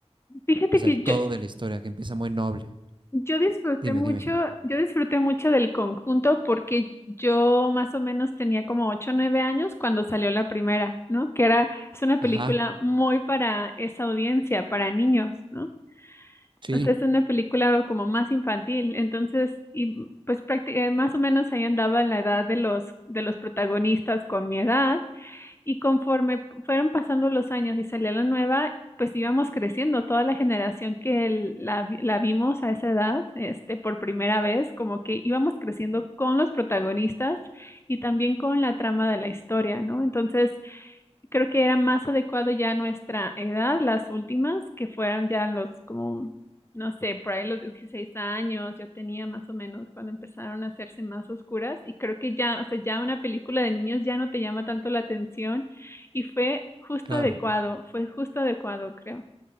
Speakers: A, on the left; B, on the right.
A: Fíjate
B: O sea,
A: que
B: el todo
A: yo,
B: de la historia, que empieza muy noble.
A: Yo disfruté
B: Dime,
A: mucho,
B: dime.
A: yo disfruté mucho del conjunto porque yo más o menos tenía como 8 o 9 años cuando salió la primera, ¿no? Que era, es una película
B: Ajá,
A: muy para esa audiencia, para niños, ¿no?
B: sí,
A: O sea, es una película como más infantil, entonces, y pues prácti- eh, más o menos ahí andaba en la edad de los, de los protagonistas con mi edad. Y conforme fueron pasando los años y salía la nueva, pues íbamos creciendo. Toda la generación que el- la, vi- la vimos a esa edad, este, por primera vez, como que íbamos creciendo con los protagonistas y también con la trama de la historia, ¿no? Entonces, creo que era más adecuado ya a nuestra edad, las últimas, que fueron ya los como, no sé, por ahí los 16 años, yo tenía más o menos cuando empezaron a hacerse más oscuras y creo que ya, o sea, ya una película de niños ya no te llama tanto la atención y fue justo
B: claro.
A: adecuado, fue justo adecuado, creo.